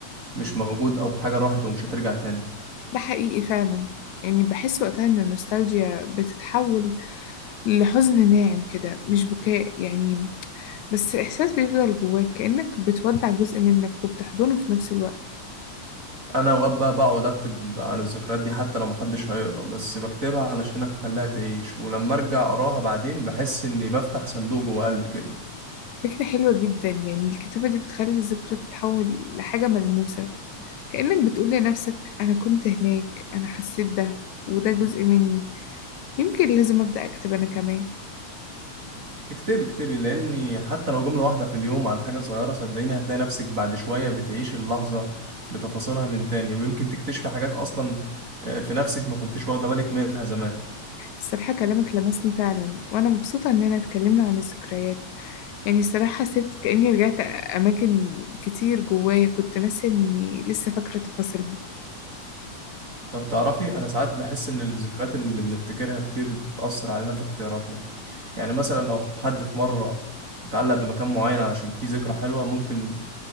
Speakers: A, on the right; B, on the left.
A: مش موجود أو حاجة راحت ومش هترجع تاني
B: ده حقيقي فعلا يعني بحس وقتها إن النوستالجيا بتتحول لحزن ناعم كده مش بكاء يعني بس إحساس بيفضل جواك كأنك بتودع جزء منك وبتحضنه في نفس الوقت
A: أنا أوقات بقى بقعد أكتب عن الذكريات دي حتى لو محدش هيقرا بس بكتبها علشان أخليها تعيش ولما أرجع أقراها بعدين بحس إني بفتح صندوق جوه قلبي كده
B: فكرة حلوة جدا يعني الكتابة دي بتخلي الذكرى تتحول لحاجة ملموسة كأنك بتقول لنفسك أنا كنت هناك أنا حسيت ده وده جزء مني يمكن لازم أبدأ أكتب أنا كمان
A: اكتبي اكتبي لأني حتى لو جملة واحدة في اليوم عن حاجة صغيرة صدقيني هتلاقي نفسك بعد شوية بتعيشي اللحظة بتفاصيلها من تاني ويمكن تكتشفي حاجات أصلا آه، في نفسك ما كنتش واخدة بالك منها زمان
B: الصراحة كلامك لمسني فعلا وأنا مبسوطة إننا اتكلمنا عن الذكريات يعني الصراحة حسيت كأني رجعت أماكن كتير جوايا كنت ناسية إني لسه فاكرة تفاصيلها
A: طب تعرفي أنا ساعات بحس إن الذكريات اللي بنفتكرها كتير بتأثر علينا في اختياراتنا يعني مثلا لو حد في مرة اتعلق بمكان معين علشان فيه ذكرى حلوة ممكن